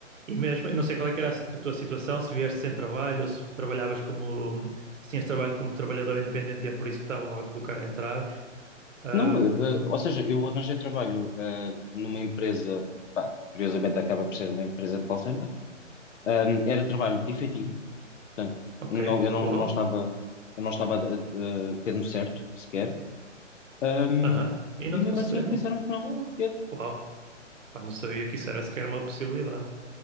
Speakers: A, on the right (about 80°); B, on the left (about 70°).
A: E mesmo, eu não sei qual é que era a tua situação, se vieste sem trabalho ou se trabalhavas como, se tinhas trabalho como trabalhador independente e é por isso que estavam a colocar entraves. Ahm,
B: Não, eh, eh, ou seja, eu arranjei trabalho eh, numa empresa, pá, curiosamente acaba por ser uma empresa de call center. Ahm, era trabalho efetivo, portanto,
A: ok,
B: não, eu não,
A: uau,
B: não estava, eu não estava a, a- a ter-me certo sequer. Ahm,
A: aham, E não
B: e
A: te
B: mesmo
A: concederam?
B: assim disseram que não.
A: Oh,
B: Eu,
A: uau, pá, não sabia que isso era sequer uma possibilidade.